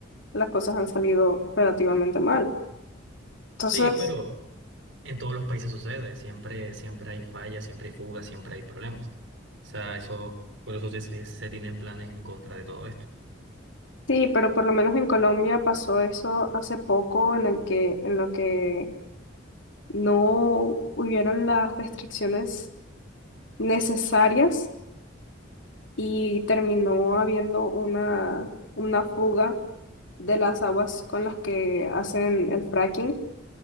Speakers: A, on the left; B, on the right.
A: las cosas han salido relativamente mal. Entonces,
B: Sí, pero en todos los países sucede, siempre, siempre hay fallas, siempre hay fugas, siempre hay problemas. O sea, eso, por eso se, se se tienen planes en contra de todo esto.
A: sí, pero por lo menos en Colombia pasó eso hace poco en el que, en lo que no hubieron las restricciones necesarias y terminó habiendo una, una fuga de las aguas con las que hacen el fracking,